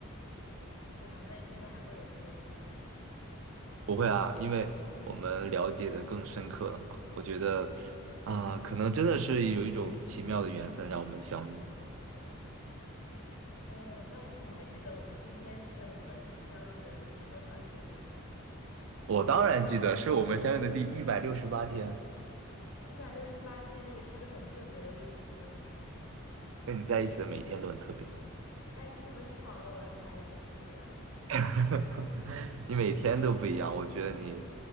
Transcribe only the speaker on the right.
不会啊，因为我们了解的更深刻了嘛。我觉得，啊、可能真的是有一种奇妙的缘分让我们相遇。
我当然记得，是我们相遇的第一百六十八天，
跟你在一起的每一天都很特别，
<laughs> 你每天都不一样。我觉得你